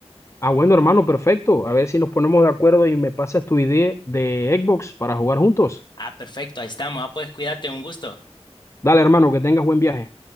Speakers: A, on the left; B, on the left.
A: Ah, bueno, hermano, perfecto. A ver si nos ponemos de acuerdo y me pasas tu idea de Xbox para jugar juntos.
B: Ah, perfecto, ahí estamos. Ah, pues cuídate, un gusto.
A: Dale, hermano, que tengas buen viaje.